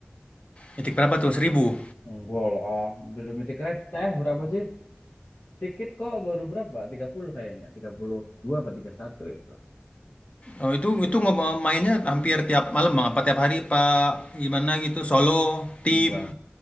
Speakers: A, on the left; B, on the left.
A: Titik berapa tuh? seribu
B: enggak lah belum mitik receh berapa sih dikit kok baru berapa 30 kayaknya 32 apa 31 itu
A: Oh itu itu ngob- eh, mainnya hampir tiap malam Bang, apa tiap hari Pak? Gimana gitu, solo, tim?
B: Enggak.